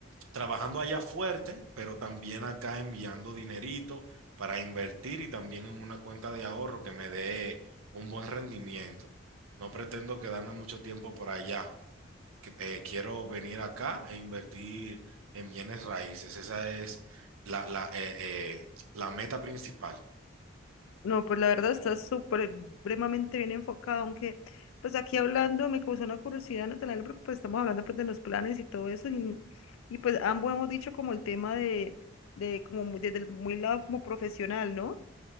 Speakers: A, on the right; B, on the left.
A: trabajando allá fuerte, pero también acá enviando dinerito para invertir y también en una cuenta de ahorro que me dé un buen rendimiento. No pretendo quedarme mucho tiempo por allá. que- eh, quiero venir acá e invertir en bienes raíces. Esa es la, la, eh, eh, la meta principal.
B: No, pues la verdad está súper, supremamente bien enfocado, aunque pues aquí hablando me causó una curiosidad, Natalia, porque pues estamos hablando pues de los planes y todo eso, y, y pues ambos hemos dicho como el tema de, de como muy- desde el muy lado como profesional, ¿no?